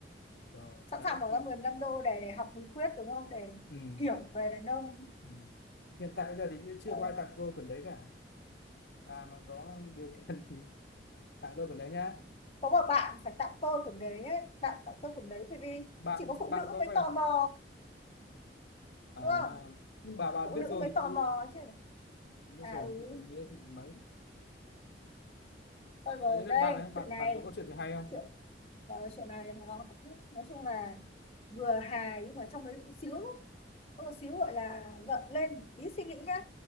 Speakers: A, on the left; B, on the left.
A: rồi
B: sẵn
A: đấy
B: sàng bỏ
A: thì
B: ra 15 đô để để học bí quyết đúng không để
A: ừ.
B: hiểu về đàn ông
A: Ừ. hiện tại giờ thì chưa
B: Ờ,
A: có ai tặng tôi quần đấy cả bà mà có điều kiện thì tặng tôi quần đấy nhá
B: có một bạn phải tặng tôi quyển đấy ấy. bạn tặng tôi quyển đấy bởi vì
A: bạn
B: chỉ có phụ
A: bạn
B: nữ
A: có
B: mới
A: về
B: tò mò
A: à
B: đúng không
A: nhưng bà bà
B: phụ
A: biết
B: nữ
A: rồi
B: mới
A: thì có
B: tò
A: ý
B: mò chứ
A: biết
B: à
A: rồi
B: ừ
A: thì không có ý nghĩa gì mấy
B: Ôi rồi
A: đấy đến lượt
B: đây
A: bạn đấy bạn
B: chuyện này
A: bạn có câu chuyện gì hay không
B: chuyện Rồi chuyện này nó cũng- nói chung là vừa hài nhưng mà trong đấy cũng xíu có một xíu gọi là gợn lên tí suy nghĩ nhá